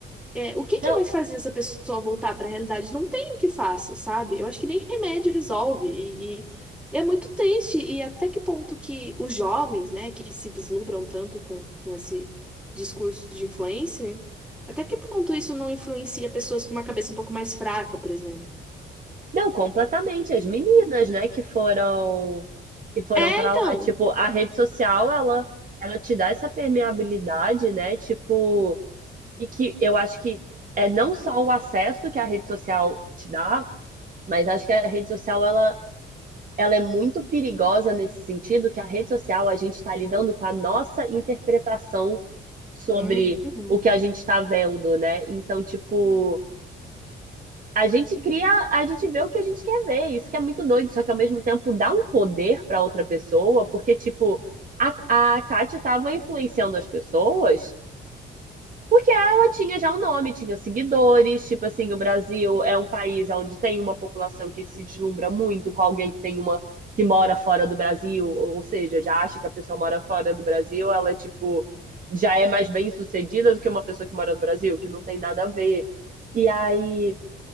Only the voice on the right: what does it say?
Não,
não, completamente. As meninas, né, que foram. Que foram
pra
lá. Tipo, a rede social, ela, ela te dá essa permeabilidade, né? Tipo. E que eu acho que é não só o acesso que a rede social te dá, mas acho que a rede social, ela ela é muito perigosa nesse sentido que a rede social a gente está lidando com a nossa interpretação sobre
o que a gente está vendo, né? Então, tipo, a gente cria, a gente vê o que a gente quer ver, isso que é muito doido, só que ao mesmo tempo dá um poder para outra pessoa, porque, tipo, a, a Kátia estava influenciando as pessoas porque ela tinha já um nome, tinha seguidores, tipo assim, o Brasil é um país onde tem uma população que se deslumbra muito com alguém que tem uma que mora fora do Brasil, ou seja, já acha que a pessoa mora fora do Brasil, ela é tipo já é mais bem-sucedida do que uma pessoa que mora no Brasil, que não tem nada a ver. E aí,